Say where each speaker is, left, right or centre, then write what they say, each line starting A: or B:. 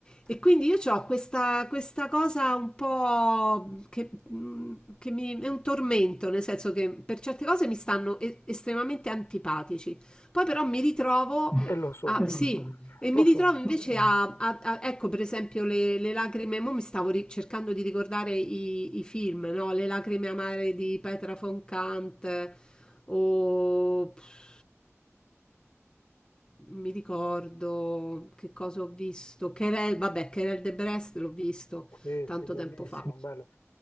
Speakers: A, on the left; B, on the left.
A: e quindi io ho questa, questa cosa un po' che, mm, che mi, è un tormento, nel senso che per certe cose mi stanno e- estremamente antipatici. Poi però mi ritrovo
B: E lo
A: <laughs>
B: sono,
A: a, sì, e
B: lo
A: mi ritrovo
B: sono.
A: invece a, a- a- ecco per esempio le, le lacrime, mo mi stavo ri- cercando di ricordare i, i film, no? Le lacrime amare di Petra von Kant, o pff, non mi ricordo che cosa ho visto. Querelle, vabbè, Querelle de Brest l'ho visto
B: Sì,
A: tanto
B: sì, bellissimo,
A: tempo fa.
B: bello.